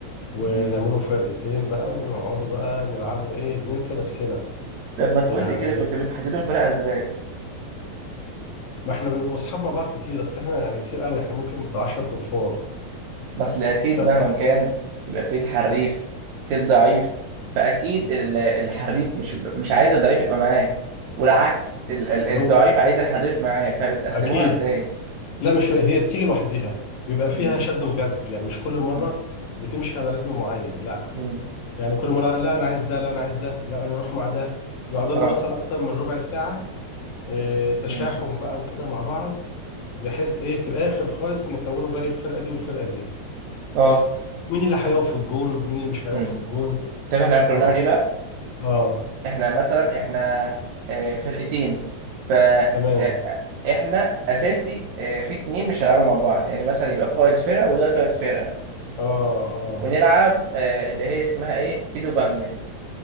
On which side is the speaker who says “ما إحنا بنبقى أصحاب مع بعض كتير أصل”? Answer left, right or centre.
Left